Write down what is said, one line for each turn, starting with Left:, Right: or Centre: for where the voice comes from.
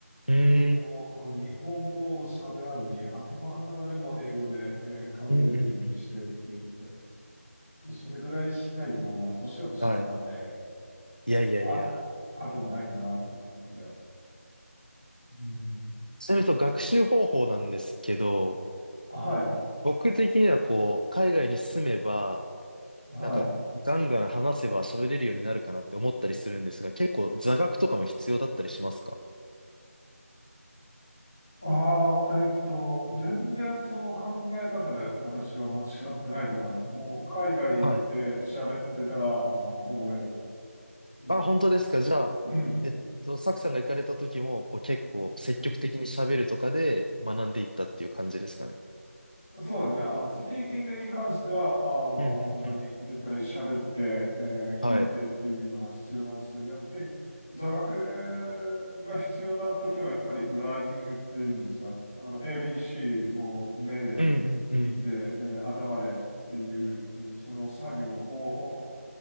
Left: うーん。
Centre: もう、日本語を喋らずに、頭の中でも英語で、えー考えるようにしてって言っ
Left: うんうんうん。
Centre: て、それぐらいしないともう、年が年だったんで、
Left: はい。いやいやいや。
Centre: あ、後がないなと思ってて。うん、
Left: ちなみにその学習方法なんですけど、
Centre: はい、
Left: 僕的にはこう、海外に住めば、
Centre: はい。
Left: なんか、ガンガン話せば喋れるようになるかなって思ったりするんですが、結構座学とかも必要だったりしますか
Centre: ああ、えっと、全然その考え方で私は間違ってないと思います。もう海外行って喋ってたら、
Left: はい
Centre: あの、覚える。うん、
Left: あ、本当ですか。じゃあ、
Centre: うん、
Left: えっと、サクさんが行かれた時も、こう結構積極的に喋るとかで学んでいったっていう感じですかね。
Centre: うん。そうですね。あの、スピーキングに関しては、あの、
Left: うん、うん、
Centre: 本当に絶対喋って、
Left: うん。
Centre: えー聞いてっていうのが必要なんですけど、
Left: はい。
Centre: やっぱり座学が必要な時は、やっぱりライティングっていうんですが、あの、ABC を目で見て、
Left: うんうんうん。
Centre: えー頭でっていう、えーその作業を